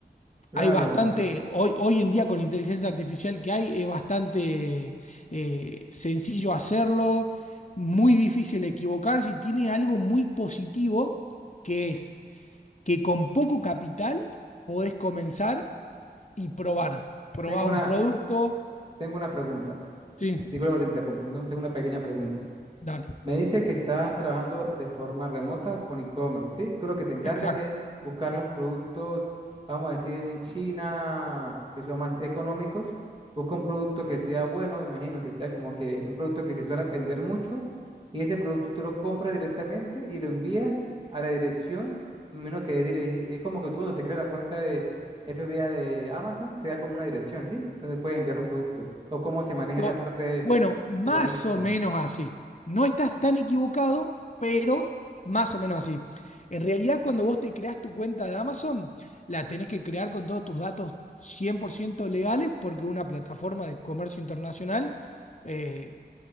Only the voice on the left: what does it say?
hay bastante, hoy, hoy en día con la inteligencia artificial que hay, es bastante eh, sencillo hacerlo muy difícil equivocarse y tiene algo muy positivo que es que con poco capital podés comenzar y probar. Probás
un producto.
Sí,
dale.
Exacto.
To-
Bueno, más
o menos así. No estás tan equivocado, pero más o menos así. En realidad, cuando vos te creás tu cuenta de Amazon, la tenés que crear con todos tus datos 100% legales, porque una plataforma de comercio internacional eh,